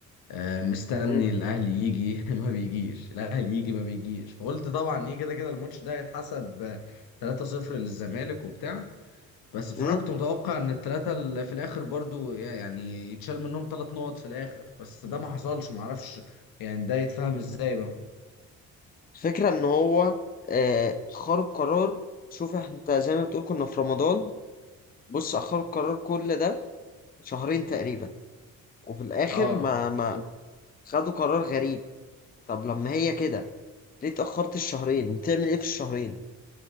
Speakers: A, on the left (about 60°); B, on the left (about 20°).
A: آه، مستني
B: مم.
A: الأهلي يجي <laughs> ما بيجيش الأهلي يجي ما بيجيش فقلت طبعا إيه كده كده الماتش ده هيتحسب آه، 3-0 للزمالك وبتاع بس بصراحة
B: مم.
A: كنت متوقع إن التلاتة اللي في الآخر برضو يعني يتشال منهم تلات نقط في الآخر بس ده ما حصلش معرفش يعني ده يتفهم إزاي بقى
B: الفكرة ان هو آه، اخروا القرار شوف انت زي ما بتقول كنا في رمضان بص اخروا القرار كل ده شهرين تقريبا وفي الاخر
A: اه
B: ما ما
A: بالظبط
B: خدوا قرار غريب طب لما هي كده ليه اتأخرت الشهرين بتعمل ايه في الشهرين